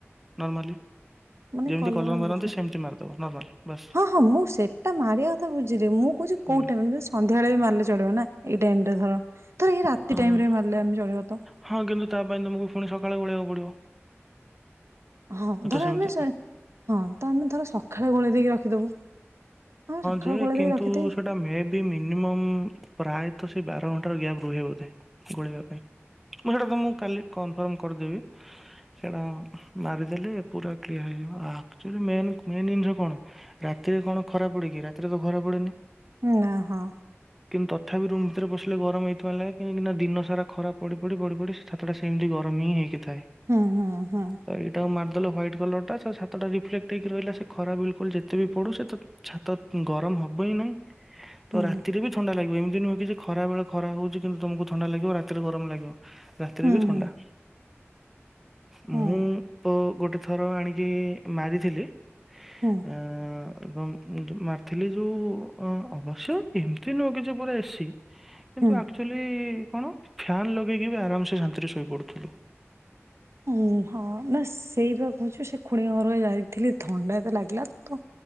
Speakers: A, in the centre; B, on the right (about 70°).
A: ନର୍ମାଲି।
B: ମାନେ
A: ଯେମିତି
B: କଲର
A: ମାରନ୍ତି
B: ବୁଝିପା
A: ସେମିତି ମାରିଦବ ନର୍ମାଲ ବାସ୍।
B: ହଁ ହଁ ମୁଁ ସେଟା ମାରିବା କଥା ବୁଝିଲି ମୁଁ କହୁଚି
A: ହୁଁ
B: କୋଉ ଟାଇମ? ସନ୍ଧ୍ୟାବେଳେ ବି ମାରଲେ ଚଳିବ ନା ଏଇ ଟାଇମରେ ଧର ଧର ଏଇ ରାତି
A: ଅମ୍
B: ଟାଇମରେ ମାରିଲେ ଆମେ ଚଳିବା ତ
A: ହଁ କିନ୍ତୁ ତା ପାଇଁ ତୁମକୁ ପୁଣି ସକାଳେ ଗୋଳେଇବାକୁ ପଡ଼ିବ।
B: ହଁ ଧର
A: ସେମିତି
B: ଆମେ ସେ ହଁ ତ ଆମେ ଧର ସଖାଳେ ଗୋଳେଇ ଦେଇକି ରଖିଦବୁ। ହଁ ସଖାଳୁ
A: ଯେ
B: ଗୋଳେଇ
A: କିନ୍ତୁ
B: ଦେଇ ରଖିଥେଇ
A: ସେଟା ମେ ବି ମିନିମମ ପ୍ରାୟତ ସେ ବାର ଘଣ୍ଟ ଗ୍ୟାପ ରୁହେ ବୋଧେ ଗୋଳିବା ପାଇଁ। ମୁଁ ସେଟା ତମକୁ କାଲି କନଫର୍ମ କରିଦେବି। ସେଟା ମାରିଦେଲେ ପୁରା କ୍ଲିୟର ହେଇଯିବ ଆକଚୋଲି ମେନ ମେନ ଜିନଷ କଣ? ରାତିରେ କଣ ଖରା ପଡ଼େ କିି ରାତିରେ ତ ଖରା ପଡ଼େନି।
B: ନା ହଁ।
A: କିନ୍ତୁ ତଥାପି ରୁମ ଭିତରେ ପସିଲେ ଗରମ ଏଇଥିପାଇଁ ଲାଗେ କାହିଁକିନା ଦିନ ସାରା ଖରାପ ପଡି ପଡି ପଡି ପଡି ସେ ଛାତଟା ସେମତି ଗରମ ହିଁ ହେଇକି ଥାଏ।
B: ହଁ ହଁ ହଁ।
A: ତ ଏଇଟାକୁ ମାରଦେଲେ ହ୍ୱାଇଟ କଲରଟା ସେ ଛାତଟା ରିଫ୍ଲେକ୍ଟ ହେଇକି ରହିଲା ସେ ଖରା ବିଲକୁଲ ଯେତେ ବି ପଡୁ ସେ ତ ଛାତ ଗରମ ହବ ହିଁ ନାହିଁ ତ
B: ହୁଁ
A: ରାତିରେ ବି ଥଣ୍ଡା ଲାଗିବ ଏମତି ନୁହେଁ କି ଯେ ଖରା ବେଳେ ଖରା ହୋଉଚି କିନ୍ତୁ ତମକୁ ଥଣ୍ଡା ଲାଗିବ ରାତିରେ ଗରମ ଲାଗିବ। ରାତିରେ
B: ହୁଁ
A: ବି ଥଣ୍ଡା।
B: ହୁଁ
A: ମୁଁ
B: ହୁଁ
A: ତ ଗୋଟେ ଥର ଆଣିକି ମାରିଥିଲି।
B: ହୁଁ।
A: ଆଁ ତମ ମୁଁ ଯେ ମାରିଥିଲି ଯୋଉ ଅ ଅବଶ୍ୟ ଏମତି ନୁହଁ କି ଯେ ପୁରା ଏସି କିନ୍ତୁ
B: ହୁଁ
A: ଆକ୍ କଚୋଲି କଣ ଫ୍ୟାନ୍ ଲଗେଇକି ବି ଆରାମସେ ଶାନ୍ତିରେ ଶୋଇପଡ଼ୁଥୁଲୁ।
B: ଉଁ ହଁ ନା ସେଇପା କୋହୁଚି ସେ ଖୁଡିଙ୍କ ଘରକୁ ପା ଯାଇ ଥିଲି ଥଣ୍ଡା ଏତ ଲାଗିଲା ତ